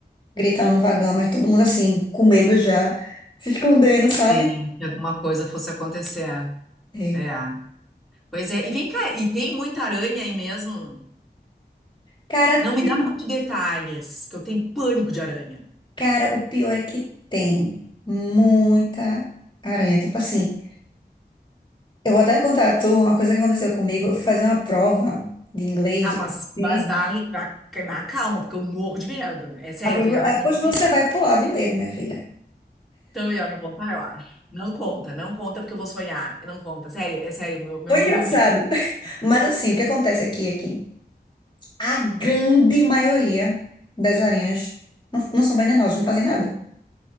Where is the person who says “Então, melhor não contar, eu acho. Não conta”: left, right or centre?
Centre